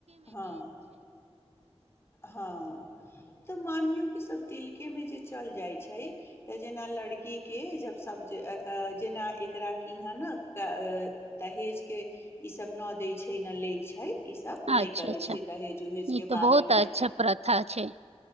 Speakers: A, on the left (about 25°); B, on the right (about 75°).
A: हँ हँ तऽ मानौ कि सब तिलके चल जाइ छै त जेना लड़की के ज सब जेना एकरा इह ने दहेज के ईसभ न दैत छै न लैत छै छै इ सब
B: अच्छा
A: नहि करै
B: अच्छा
A: छै दहेज उहेज
B: ई
A: के
B: तऽ
A: बारे
B: बहुत
A: मे
B: अच्छा प्रथा छै